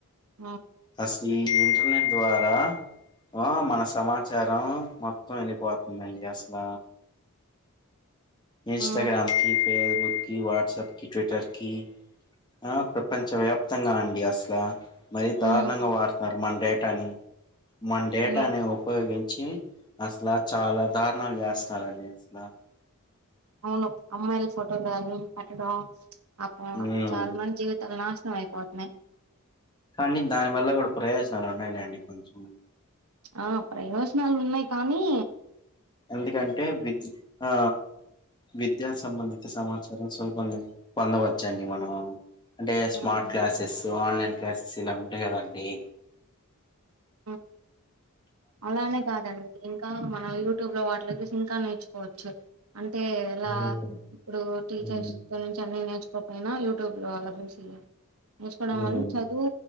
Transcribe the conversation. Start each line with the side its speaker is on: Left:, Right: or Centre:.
Right: ఉమ్
Left: అస్ ఈ ఇంటర్నెట్ ద్వారా ఆ మన సమాచార <unintelligible> మొత్తం ఏలిపోత్ మేమ్సేస్తల్ల ఇన్స్టాగ్రామ్
Right: ఉమ్
Left: కి ఫేస్బుక్ కి వాట్సప్ కి టట్విటర్కి కి ఆ ప్రపంచ వ్యాప్తంగా అండి అసలా మరి దారుణంగా
Right: ఉమ్
Left: వాడుతున్నారు మండే కానీ మన డేటాని
Right: అవునండి
Left: ఉపయోగించి అసల చాలా దారుణాలు చేస్తున్నారు అండి అసల
Right: అవును అమ్మాయిలు ఫోటోలు గని పట్టడం అపం
Left: ఉమ్
Right: చాలా మంది జీవితాలు నాశనం అయిపోతున్నాయి
Left: కానీ దాని వల్ల కూడా ప్రయోజనాలు ఉన్నాయిలేండి కొంచెం
Right: ఆ ప్రయోజ నాలు ఉన్నాయి కానీ
Left: ఎందుకంటే విద్య ఆ విద్యా సంబంధిత సమాచారం సులభంగా పొందవచ్చ అండి మనము అంటే స్మార్ట్
Right: ఉమ్
Left: క్లాసెస్ ఆన్లైన్ క్లాసెస్ ఇలా ఉంటాయి కదా అండి
Right: ఆ అలానే కాదండి ఇంకా మనం యూట్యూబ్ లో వా ఇళ్ళనీ చూసి ఇంకా నేర్చుకోవచ్చు అంటే ఎలా
Left: ఉమ్
Right: ఇప్పుడు టీచర్స్
Left: ఉమ్
Right: తో నుంచి అన్నీ నేర్చు పైన యూట్యూబ్ లో అలా చూసెయ్యి చూసుకోవడం
Left: ఉమ్
Right: వళ్ళ చదువు